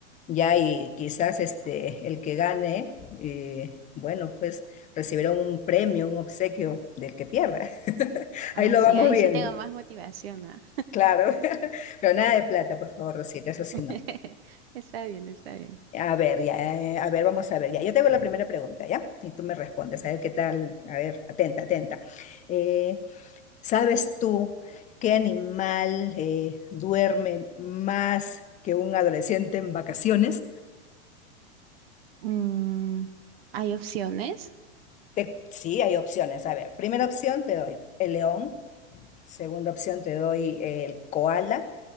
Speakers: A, on the left; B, on the right.
A: Ya, y quizás este, el que gane, eh, bueno, pues recibirá un premio, un obsequio del que pierda. <laughs>
B: Ah,
A: Ahí lo
B: sí,
A: vamos
B: ahí
A: viendo,
B: sí tengo más motivación, ¿ah?
A: claro. <laughs> Pero nada de plata, por favor, Rosita, eso sí
B: <laughs>
A: no.
B: Está bien, está bien.
A: A ver, ya, eh, a ver, vamos a ver, ya. Yo tengo la primera pregunta, ¿ya? Y tú me respondes, a ver qué tal, a ver, atenta, atenta. Eh, ¿sabes tú qué animal eh, duerme más que un adolescente en vacaciones?
B: Mm, ¿hay opciones?
A: Te- sí, hay opciones. A ver, primera opción te doy el león, segunda opción te doy el koala